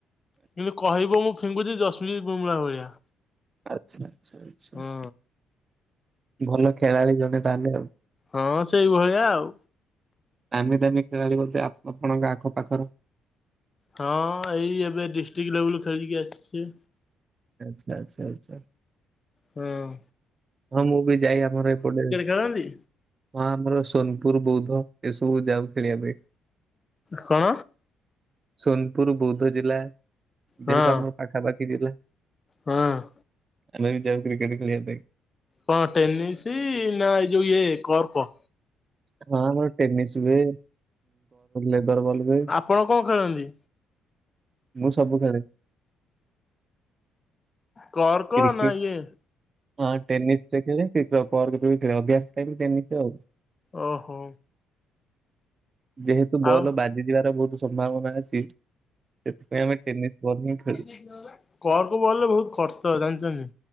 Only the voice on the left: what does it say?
କିନ୍ତୁ କହିବ ମୁଁ ଫିଙ୍ଗୁଛି ଯଶମି ବୁମଳା ଭଳିଆ
ହଁ
ହଁ ସେଇଭଳିଆ ଆଉ
ହଁ ଏଇ ଏବେ ଡିଷ୍ଟ୍ରିକ ଲେବୁଲ ଖେଳିକି ଆସିଛି।
ହଁ ଅଁ
ଖେଳନ୍ତି?
କଣ?
ହଁ
ହଁ ଅଁ
କ ଟେନିସ ନା ଏଇ ଯଉ କପ
କଣ କଣ ଖେଳନ୍ତି?
କର୍କ
ନା ଇଏ?
ଓହୋ
ଆଉ
<inaudible> କରକ ବଲରେ ବହୁତ ଖର୍ଚ୍ଚ ଜାଣିଛନ୍ତି।